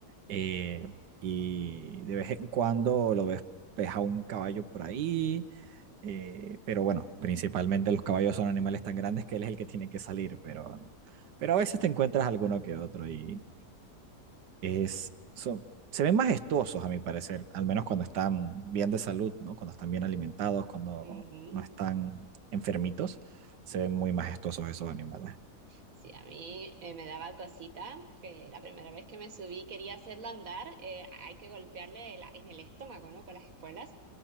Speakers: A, on the right; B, on the right.
A: eh, y de vez en cuando lo ves, ves a un caballo por ahí Eh, pero bueno, principalmente los caballos son animales tan grandes que él es el que tiene que salir, pero, pero a veces te encuentras alguno que otro y es, son, se ven majestuosos a mi parecer, al menos cuando están bien de salud, ¿no? Cuando están bien alimentados, cuando
B: Ujú.
A: no están enfermitos, se ven muy majestuosos esos animales.
B: Sí, a mí eh, me daba cosita que la primera vez que me subí quería hacerlo andar, eh, hay que golpearle la- en el estómago, ¿no? Con las espuelas.